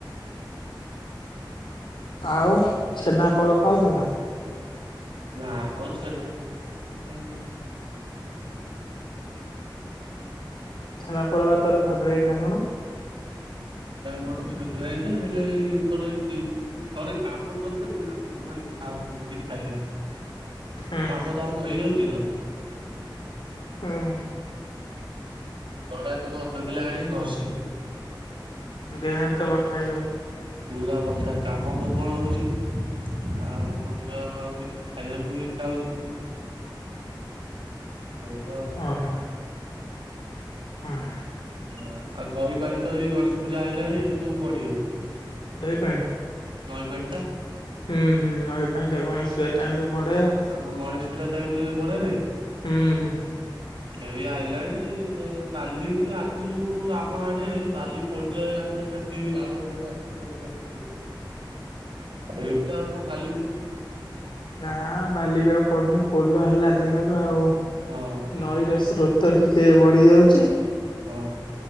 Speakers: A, on the left; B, on the right.
A: ଆଉ ଛେନାପୋଡ଼ ଖାଉଛୁ ନା।
B: ନା ମ ଛେନାପୋଡ଼ <inaudible>
A: ଛେନାପୋଡ ପା ତୋର ଫେବରାଇଟ୍ ନା କଣ?
B: ଆମର ଫେଭରାଇଟ ଯେ ହେଲେ ଏଇ ଏପଟ। ଥରେ କାମ କରିଦେଲେ ଆଉ ଜମା ଇଚ୍ଛା ହବନି କିଛି ଖାଇଆକୁ।
A: ହୁଁ
B: କାମ ଦାମ ହେଇଯାଉଛି ନା।
A: ହୁଁ
B: ଜଡା ତେଳ ଅଧ କିଲୋ ଆଣିକି ଘଷିବି।
A: ଦେହ ହାତ ବଥା ହେଇବ।
B: ପୁରା ବଥା କାମ ପ୍ରବଳ ହଉଛି। ଆଉ ସେ ଆଉ ଆଉ କିଛି ଖାଇବାକୁ ବି ଇଛା ହଉନି। <inaudible>
A: ଓ ହୋ। ହଁ।
B: ଓ ଆଉ ଦହି ପାଣି ତ ଏଇ ଗଣେଶ ପୂଜା ଆଇଲାଣି ଏବେ ସବୁ ବଢିବ।
A: ଦହି ପାଣି।
B: ଦହି ପାଣି ଟା।
A: ହୁଁ ହୁଁ ନଈ ପାଣି ଟା ଗଣେଶ ପୂଜା ଟାଇମ ରେ ପଢେ ଆଉ।
B: ହଁ ଗଣେଶ ପୂଜା ଟାଇମ ରେ ବଢେ ନଇ।
A: ହୁଁ ହୁଁ।
B: ଏଇ ଆଇଲାଣି ବାଲି ବି ଆ ଆଗରୁ ଆମ ଆଡେ ବାଲି ପଡ଼ିଯାଏ ଆମର <unintelligible> ଏବେ ଆଉ କଣ ବାଲି ପଡୁଚି।
A: ନା ବାଲିବି ଆଉ ପଡୁନି ପୋଲ ହେଲା ଦିନରୁ ଆଉ
B: ହଁ।
A: ନଈର ସ୍ରୋତ ଟିକେ ବଢ଼ିଯାଉଛି।
B: ହଁ।